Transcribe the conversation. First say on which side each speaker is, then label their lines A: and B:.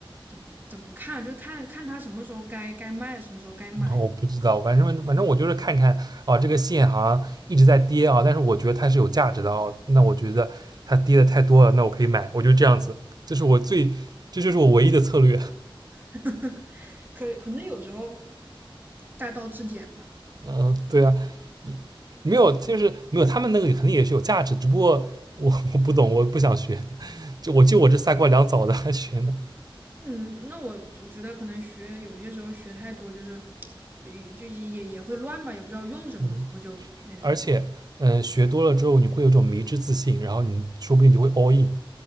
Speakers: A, on the right; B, on the right.
A: 怎么怎么看，就是看看他什么时候该该卖，什么时候该买。
B: 然后我不知道，反正反正我就是看看啊，这个线好像一直在跌啊，但是我觉得它是有价值的哦。那我觉得它跌的太多了，那我可以买，我就这样子，这是我最，这就是我唯一的策略。
A: <laughs> 可可能有时候大道至简吧。
B: <laughs> 嗯、呃对啊，没有，就是没有，他们那个肯定也是有价值，只不过我我不懂，我不想学，就我就我这三瓜两枣的还学呢。
A: 嗯，那我就觉得可能学有些时候学太多，就是，也就也也会乱吧，也不知道用什么，
B: 嗯，
A: 然后就，嗯，
B: 而且嗯、呃学多了之后，你会有一种迷之自信，然后你说不定就会 all in，